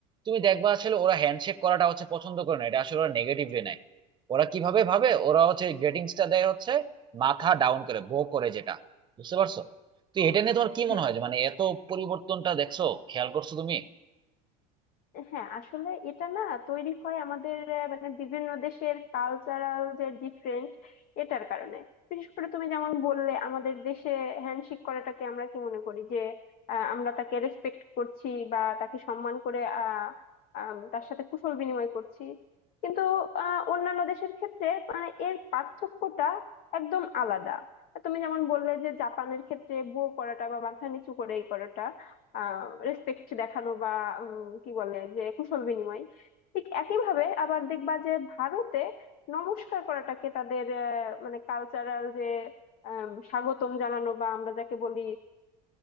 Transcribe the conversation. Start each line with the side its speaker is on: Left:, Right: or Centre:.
Right: তুমি দেখবা আসলে ওরা হ্যান্ডশেক করাটা হচ্ছে পছন্দ করে না এটা আসলে ওরা নেগেটিভলি নেয় ওরা কিভাবে ভাবে ওরা হচ্ছে গ্রেটিংসটা দেয় হচ্ছে মাথা ডাউন করে বো করে যেটা বুঝতে পারছো তো এটা নিয়ে তোমার কি
Left: হ্যাঁ
Right: মনে হয় যে মানে এত পরিবর্তনটা দেখছো খেয়াল করছো তুমি
Left: হ্যাঁ আসলে এটা না তৈরি হয় আমাদের আহ, মানে বিভিন্ন দেশের কালচারাল যে ডিফারেন্ট এটার কারণে বিশেষ করে তুমি যেমন বললে আমাদের দেশে হ্যান্ডশেক করাটাকে আমরা কি মনে করি যে আহ, আমরা তাকে রেসপেক্ট করছি বা তাকে সম্মান করে আহ আম, তার সাথে কুশল বিনিময় করছি কিন্তু আহ অন্যান্য দেশের ক্ষেত্রে মানে এর পার্থক্যটা একদম আলাদা তুমি যেমন বললে যে জাপানের ক্ষেত্রে বো করাটা বা মাথা নিচু করে এই করাটা রেসপেক্ট দেখানো বা উম, কি বলে যে কুশল বিনিময় ঠিক একইভাবে আবার দেখবা যে ভারতে নমস্কার করাটাকে তাদের আহ, মানে কালচারাল যে আম, স্বাগতম জানানো বা আমরা যাকে বলি